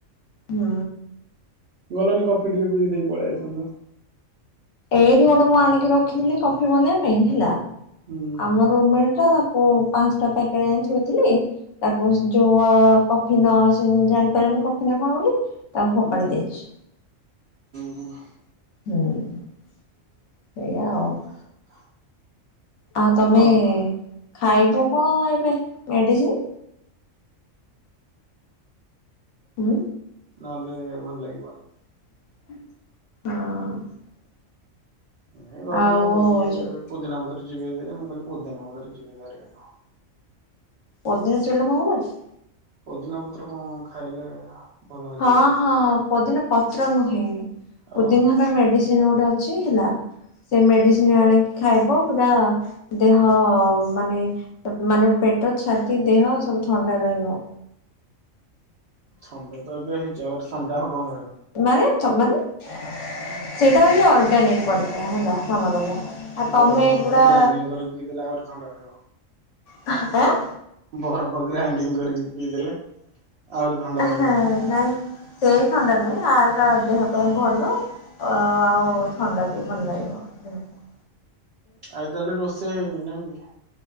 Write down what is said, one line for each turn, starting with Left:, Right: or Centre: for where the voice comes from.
Left: ହୁଁ।
Right: ଗଲନି କଫି ଟିକେ ପିଇକି ଦେଇକି ପଳେଇ ଆସିଥାନ୍ତ।
Left: ଏଇଠି ଗୋଟେ ମୁଁ ଆଣିକି ରଖିଥିଲି କଫି ବନେଇବା ପାଇଁ ହେଲା
Right: ହୁଁ
Left: ଆମ ରୁମ ମେଟ୍ ତାକୁ ପାଞ୍ଚଟା ପ୍ୟାକେଟ ଆଣି ଥୋଇଥିଲି ତାକୁ ଯୋଉ ହଁ କଫି ନ <unintelligible> ଜାଣିପାରିଲାନି କଫି ନା କଣ ବୋଲି ତାଙ୍କୁ ଫୋପାଡି
Right: ହୁଁ
Left: ଦେଇଛି
Right: ହୁଁ
Left: ହୁଁ ସେଇଆା ଆଉ ଆଉ ତମେ
Right: ଥଣ୍ଡା
Left: ଖାଇବ କଣ ଏବେ ମେଡିସିନ ହୁଁ।
Right: ନହେଲେ ଭଲ ଲାଗିବନି।
Left: ହଁ।
Right: ନ ଘରେ
Left: ଆଉ
Right: କଣ କହୁଛନ୍ତି ଗୋଟେ
Left: ଯୋଉ
Right: ପୁଦିନା ପତ୍ର <unintelligible> ଜିିବିଦାର ମୁଖିଲ ପୁଧ ନାଧରେ ଜିିବିଦାର <unintelligible>
Left: <unintelligible> ଅଦିନଜୁଲ୍ଲା <unintelligible>
Right: ପଦିନା ପତ୍ର କଣ ଖାଇଲେ? ଭଲ ହେଇଯିବ
Left: ହଁ
Right: ବୋଲି
Left: ହଁ ପୋଦିନା ପତ୍ର ନୁହେଁ
Right: ଆଉ
Left: ପୋଦିନା
Right: କଣ
Left: ର ମେଡ଼ିସିନ୍ ଗୋଟେ ଅଛି ହେଲା ସେ ମେଡିସିନ ଆଣିକି ଖାଇବ। ପୁରା ଦେହ ମାନେ ମାନେ ପେଟ ଛାତି ଦେହ ସବୁ ଥଣ୍ଡା ରହ ରହିବ।
Right: ଥଣ୍ଡା ତ ଏବେ ହେଇଛି ଆଉ ଥଣ୍ଡା ହଉ କଣ ରହିବ?
Left: ମାନେ ତ ମାନେ ସେଇଟା ହଉଛି ଅର୍ଗାନିକ <unintelligible> ପଥା ହେଲା। <unintelligible> ମଲବ ଆଉ ତମେ
Right: ବରଫ
Left: ଏଗୁଡା
Right: ନହେଲେ ଗ୍ରାଇଣ୍ଡିଙ୍ଗ କରି ପିଇଦେଲେ ଆହୁରି ଥଣ୍ଡା ରହିବ।
Left: <unintelligible>
Right: ବରଫ ଗ୍ରାଇଣ୍ଡିଙ୍ଗ କରିକି ପିଇ ଦେେଲେ ଆହୁରି ଥଣ୍ଡା
Left: ଆଁ
Right: ରହିବ।
Left: ନାଇଁ ସେଇ ଥଣ୍ଡା ନୁହେଁ ଆରଟା ଦେହ ପାଇଁ ଭଲ ଓ ଆଉ ଥଣ୍ଡା ବି ଭଲ ଲାଗିବ ଦିହକୁ
Right: ଆଇ ତାହେଲେ ରୋଷେଇ ହେଇନି ନାଇଁ କି।